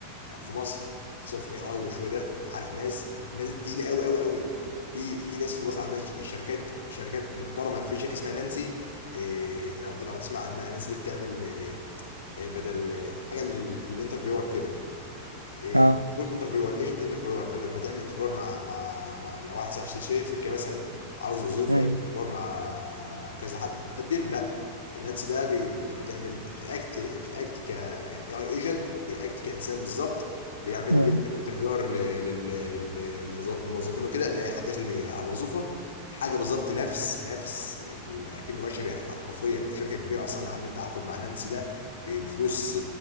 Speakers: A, on the left; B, on the right.
A: في مصر خصوصا في الاي اي والشو ده عارف ناس الناس التقيله قوي قوي قوي في في ناس في مصر عامله ش- شركات شركات محترمه في شركه اسمها نانسي إيه لو لو تسمع عنها نانسي دي بتعمل إيه إيه بدل إيه حاجه للانترفيور كده إيه،
B: اه
A: بوت انترفيور ايجنت انترفيور بدل ما تعمل انترفيور مع مع مع لو واحد صاحب شي- شركه مثلا عاوز وظيفه
B: أيوة.
A: يعمل انترفيور مع كذا حد بيقدم لا نانسي ده بي- بت- بتعمل بتاكت بتاكت ك اي اي ايجنت بياكت كانسان بالظبط بيعمل
B: تمام
A: بيعمل انترفيور للموظفين وكده يلاقي حد داخل على الوظيفه حاجه بالظبط نفس نفس ال- اكنه بشري ح- حرفيا في شركه كبيره اصلا عملت تعاقد مع نانسي ده ب- بفلوس